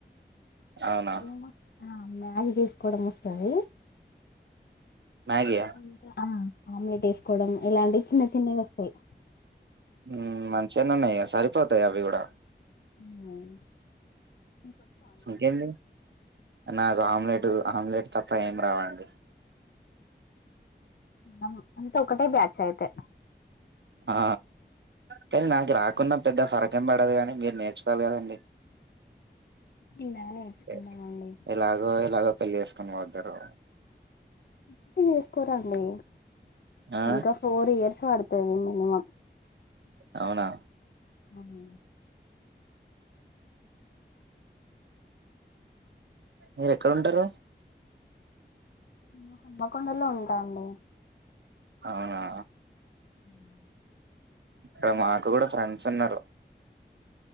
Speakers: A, on the right; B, on the left.
A: అవునా
B: ఎమో ఆ మ్యాగ్ చేసుకోవడం వస్తది
A: మ్యాగీయా
B: ఇంక అ ఆమ్లెట్ వేసుకోవడం ఇలాంటి చిన్న చిన్నవి వస్తాయి
A: ఉమ్ మంచిగనె ఉన్నాయిగా సర్ పోతాయ్ అవి కూడా
B: అవునా
A: ఇంకేంటి నాకు ఆమ్లెట్ ఆమ్లెట్ తప్ప ఏం రావండి
B: మనం అంతే ఒకటే బ్యాచ్ అయితే
A: ఆ కానీ నాకు రాకున్నా పెద్ద ఫరక్ ఏం పడదు కానీ మీరు నేర్చుకోవాలి కదండి
B: చిన్నగా నేర్చుకున్నామండి
A: ఎ-ఎలాగో ఎలాగో పెళ్ళి చేస్ కానీ వాద్దరో
B: ఇప్పుడే చేసుకోరండి
A: ఆ
B: ఇంకా ఫోర్ ఇయర్స్ పడుతు ఉంటది మినిమం
A: అవునా
B: ఉమ్
A: మీరు ఎక్కడుంటారు
B: మేము హనుమకొండలో ఉంటా మండి
A: అవునా
B: ఉ
A: ఇక్కడ మాకు కూడా ఫ్రెండ్స్ ఉన్నారు